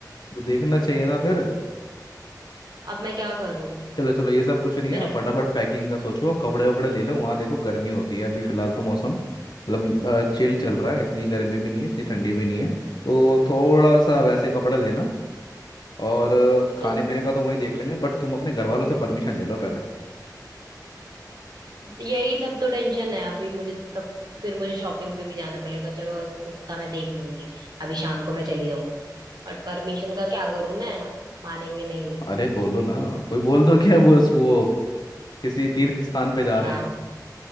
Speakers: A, on the left (about 75°); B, on the right (about 70°).
A: तो देखना चाहिए ना फिर
B: अब मैं क्या करूं
A: चलो चलो ये सब कुछ नहीं
B: मेरा
A: है फटाफट पैकिंग का सोचो कपड़े वपड़े ले लो वहाँ देखो गर्मी होती है अभी फिलहाल तो मौसम मतलब चिल
B: हम्म
A: चल रहा है इतनी गर्मी भी नहीं है इतनी ठंडी भी नहीं है तो थोड़ा सा वैसे कपड़े लेना और अ, खाने
B: तो
A: पीने का तो वहीं देख लेंगे बट तुम अपने घर वालों से परमिशन ले लो पहले
B: यही सब तो टेंशन है अभी मुझे तब फिर मुझे शॉपिंग पे भी जाना पड़ेगा चलो उसका मैं देख लूंगी अभी शाम को मैं चली जाऊंगी बट परमिशन का क्या करूं मैं मानेंगे नहीं
A: अरे बोलो ना कोई बोल दो क्या वो वो किसी तीर्थ स्थान पे जा
B: क्या
A: रहे हैं